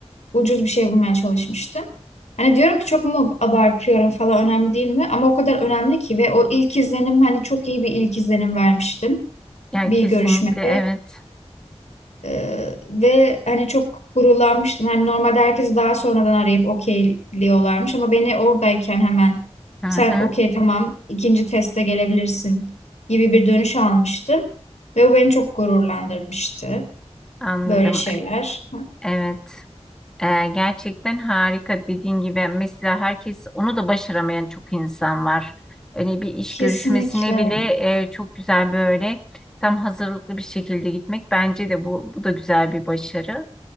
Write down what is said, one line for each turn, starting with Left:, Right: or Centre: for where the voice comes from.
Left: Ucuz bir şey bulmaya çalışmıştım. Hani diyorum ki çok mu abartıyorum falan önemli değil mi? Ama o kadar önemli ki ve o ilk izlenim hani çok iyi bir ilk izlenim vermiştim
Centre: Ya
Left: bir
Centre: kesinlikle
Left: görüşmede.
Centre: evet,
Left: Ee, ve hani çok gurulanmıştım. Hani normalde herkesi daha sonradan arayıp okeyliyorlarmış ama beni oradayken hemen
Centre: hı hı,
Left: sen okey tamam ikinci teste gelebilirsin gibi bir dönüş almıştım. Ve o beni çok gururlandırmıştı.
Centre: anladım,
Left: Böyle şeyler.
Centre: evet. Ee, gerçekten harika dediğin gibi mesela herkes onu da başaramayan çok insan var. Hani bir iş
Left: Kesinlikle.
Centre: görüşmesine bile e, çok güzel böyle tam hazırlıklı bir şekilde gitmek bence de bu bu da güzel bir başarı